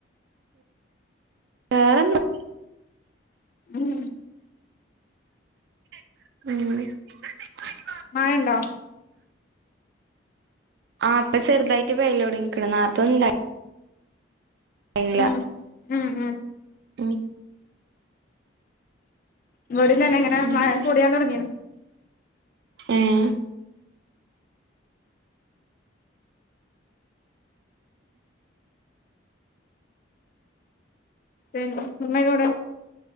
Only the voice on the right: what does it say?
വേറെന്താ
ആ
ആ ഇപ്പൊ ചെറുതായിട്ട് പെയ്യലോട്ങ്ങിക്കിണു ന്നാർത്തൊന്നണ്ടായ് യ്ലീന
ഉം
ഉം
ഏഹ്